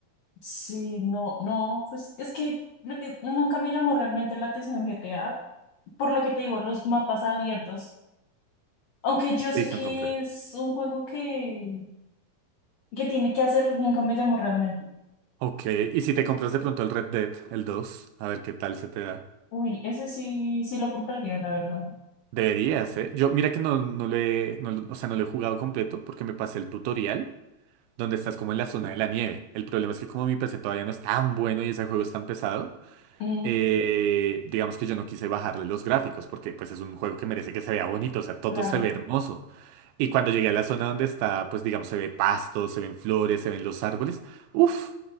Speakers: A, on the left; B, on the right.
A: Sí, no, no, pues es que, lo que nunca me llamó realmente la atención GTA por lo que te digo, los mapas abiertos. Aunque yo sé
B: Sí, son
A: que
B: complejos.
A: es un juego que, que tiene que hacer, nunca me llamó realmente.
B: Ok, y si te compras de pronto el Red Dead, el 2, a ver qué tal se te da.
A: Uy, ese sí, sí lo compraría, la verdad.
B: Deberías, ¿eh? Yo, mira que no, no lo he, no lo- o sea, no lo he jugado completo porque me pasé el tutorial donde estás como en la zona de la nieve. El problema es que como mi PC todavía no es tan bueno y ese juego es tan pesado,
A: Mm,
B: eh, digamos que yo no quise bajarle los gráficos porque pues es un juego que merece que se vea bonito, o sea, todo
A: claro,
B: se ve hermoso. Y cuando llegué a la zona donde está, pues digamos, se ve pasto, se ven flores, se ven los árboles, uff,